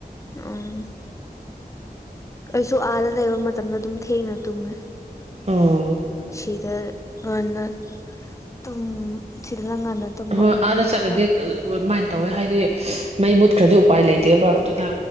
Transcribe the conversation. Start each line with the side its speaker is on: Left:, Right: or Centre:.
Left: ꯎꯝ ꯑꯩꯁꯨ ꯑꯥꯗ ꯂꯩꯕ ꯃꯇꯝꯗ ꯑꯗꯨꯝ ꯊꯦꯡꯅ ꯇꯨꯝꯃꯦ
Right: ꯑꯣ
Left: ꯁꯤꯗ ꯉꯟꯅ ꯇꯨꯝ ꯁꯤꯗꯅ ꯉꯟꯅ ꯇꯨꯝꯕ
Right: ꯍꯣꯏ
Left: ꯉꯟꯅ
Right: ꯑꯥꯗ
Left: ꯍꯧꯒꯠꯄ
Right: ꯆꯠꯂꯗꯤ ꯑ ꯋ ꯃꯥꯏꯟ ꯇꯧꯋꯦ ꯍꯥꯏꯗꯤ ꯃꯩ ꯃꯨꯠꯈ꯭ꯔꯗꯤ ꯎꯄꯥꯏ ꯂꯩꯇꯦꯕ ꯗꯨꯅ